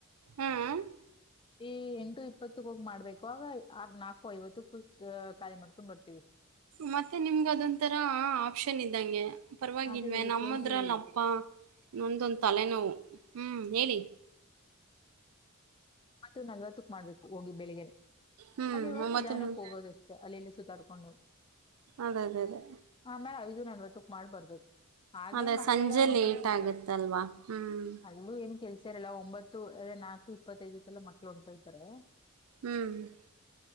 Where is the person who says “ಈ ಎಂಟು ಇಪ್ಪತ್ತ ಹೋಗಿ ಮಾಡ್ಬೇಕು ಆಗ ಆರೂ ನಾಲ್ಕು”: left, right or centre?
Left